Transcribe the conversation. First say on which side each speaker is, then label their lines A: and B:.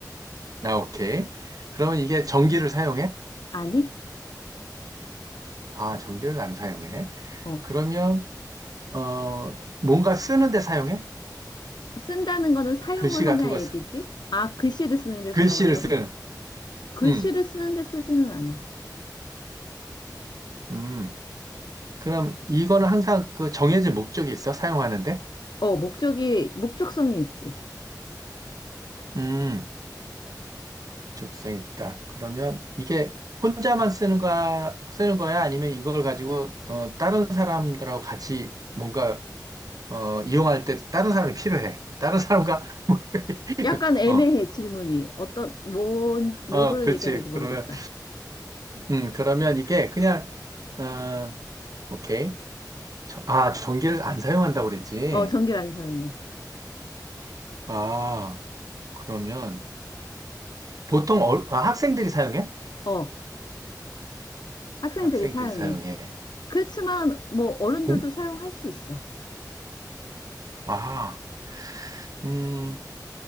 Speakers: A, on the right; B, on the left.
A: 아, 오케이. 그러면 이게 전기를 사용해?
B: 아니?
A: 아, 전기를 안 사용해.
B: 어,
A: 그러면, 어, 뭔가 쓰는데 사용해?
B: 쓴다는 거는 사용을
A: 글씨 같은
B: 하냐
A: 걸,
B: 얘기지?
A: 쓰-
B: 아, 글씨를 쓰는데
A: 글씨를
B: 사용하냐고?
A: 쓰는.
B: 글씨를
A: 음,
B: 쓰는데 쓰지는 않아.
A: 음. 그럼 이거는 항상 그 정해진 목적이 있어? 사용하는데?
B: 어, 목적이, 목적성이 있지.
A: 음, 적성이 있다. 그러면 이게 혼자만 쓰는 거야, 쓰는 거야? 아니면 이걸 가지고 어, 다른 사람들하고 같이 뭔가 어, 이용할 때 다른 사람이 필요해. 다른 사람과 <laughs>
B: 약간 애매해,
A: 어,
B: 질문이. 어떤, 뭔, 뭐를
A: 어, 그렇지.
B: 얘기하는지 모르겠어.
A: 그러면 음, 그러면 이게 그냥 어, 오케이. 저- 아, 전기를 안 사용한다고 그랬지.
B: 어, 전기를 안 사용해.
A: 아, 그러면 보통 어, 아, 학생들이 사용해?
B: 어, 학생들이
A: 학생들이
B: 사용해.
A: 사용해.
B: 그렇지만 뭐 어른들도
A: 공?
B: 사용할 수 있어.
A: 아, 음,